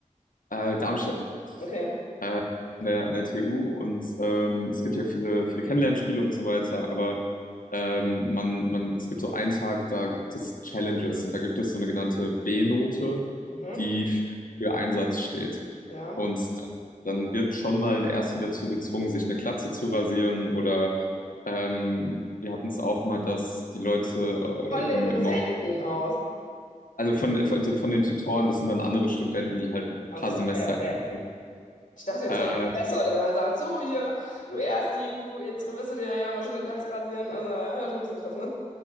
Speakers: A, on the left; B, on the left.
A: äh, Darmstadt
B: Okay.
A: äh, an der, an der TU und ähm, es gibt ja viele, viele Kennenlernspiele und so weiter, aber ähm, man, man, es gibt so einen Tag, da gibt es Challenges und da gibt es so eine genannte B-Note,
B: Mhm.
A: die für, für Einsatz steht.
B: Ja.
A: Und dann, dann wird schon mal ein Ersti dazu gezwungen, sich eine Glatze zu rasieren oder ähm, wir hatten es auch mal, dass die Leute äh,
B: Von den
A: im,
B: Dozenten
A: im
B: aus.
A: Also von, von, von den Tutoren, das sind dann andere Studenten, die halt ein
B: Ach
A: paar
B: so,
A: Semester.
B: okay, okay.
A: älter sind.
B: Ich dachte jetzt
A: Äh,
B: so ein Professor, der dann sagt, so hier, du erst die, du, jetzt wirst du dir ja mal schöne Glatze rasieren. Also, ja, schon ein bisschen krass, ne?